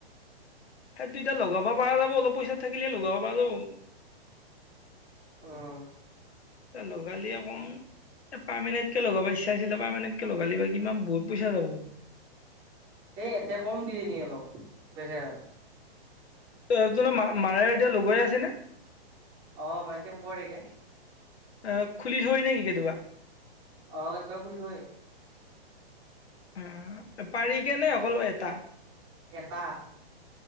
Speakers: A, on the left; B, on the right.
A: সেই দুইটা লগাব পৰা যাব অলপ পইচা থাকিলে লগাব পৰা যাব।
B: অঁ,
A: এ, লগালিয়ে অকণ। এ, পাৰ্মেনেন্ট কে লগাব ইচ্ছা আছিলে। পাৰ্মেনেণ্ট কে লগালে বা কিমান বহুত পইচা যাব।
B: এই, এতে কম কিনি নিয়ে অলপ বেজেৰাত।
A: তোৰ, তোৰ ত' মাৰাৰ এতিয়া, লগুৱাই আছেনে? <inaudible>
B: অ মানে টেম্পৰাৰীকে
A: আঁ খুলি থয় নেকি কেতিয়াবা?
B: অ'! কেতিয়াবা খুলি থয়।
A: অ'! পাৰি কেনে অকল, এটা।
B: এটা।